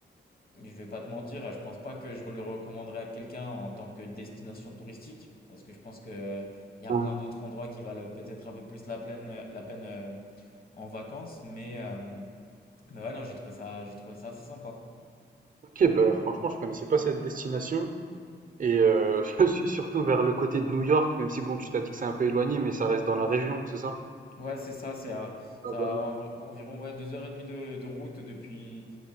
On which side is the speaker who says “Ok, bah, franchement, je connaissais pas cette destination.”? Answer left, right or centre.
Right